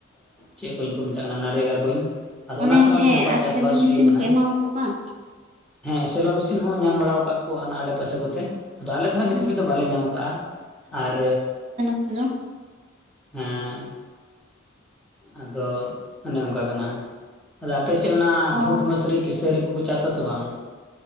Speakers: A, in the centre; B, on the right.
A: ᱪᱮᱫ ᱠᱩᱧ ᱠᱚ ᱢᱮᱛᱟᱜ ᱠᱟᱱᱟ ᱱᱟᱨᱮᱜᱟ ᱠᱩᱧ ᱟᱫᱚ
B: ᱚᱱᱮ
A: ᱚᱱᱟ ᱛᱮ ᱦᱚᱸ
B: ᱦᱮᱸ
A: ᱟᱹᱰᱤ ᱱᱟᱯᱟᱭ
B: ᱟᱨ
A: ᱪᱟᱥ
B: ᱥᱮᱞᱚ
A: ᱵᱟᱥ
B: ᱢᱮᱥᱤᱱ
A: ᱦᱩᱭᱩᱜ ᱠᱟᱱᱟ
B: ᱠᱚ ᱮᱢᱟᱣᱟᱠᱚ ᱠᱟᱱ
A: ᱦᱮᱸ ᱥᱮᱞᱚ ᱢᱮᱥᱤᱱ ᱦᱚᱸ ᱧᱟᱢ ᱵᱟᱲᱟ ᱟᱠᱟᱫ ᱟᱠᱚ ᱚᱱᱟ ᱟᱰᱮᱯᱟᱥᱮ ᱠᱚᱛᱮ ᱟᱫᱚ ᱟᱞᱮ ᱫᱚ ᱦᱟᱸᱜ ᱱᱤᱛ
B: ᱦᱮᱸ
A: ᱫᱷᱟᱹᱵᱤᱡ ᱫᱚ ᱵᱟᱞᱮ ᱧᱟᱢ ᱟᱠᱟᱜ-ᱟ ᱟᱨ
B: ᱦᱮᱞᱚ
A: ᱦᱮᱸ ᱟᱫᱚ ᱚᱱᱮ ᱚᱱᱠᱟ ᱠᱟᱱᱟ᱾ ᱟᱫᱚ ᱟᱯᱮᱥᱮᱫ ᱚᱱᱟ
B: ᱚ
A: ᱵᱷᱩᱴ, ᱢᱟᱥᱨᱤ, ᱠᱤᱥᱟᱹᱨᱤ ᱠᱚᱠᱚ ᱪᱟᱥ-ᱟᱥᱮ ᱵᱟᱝ?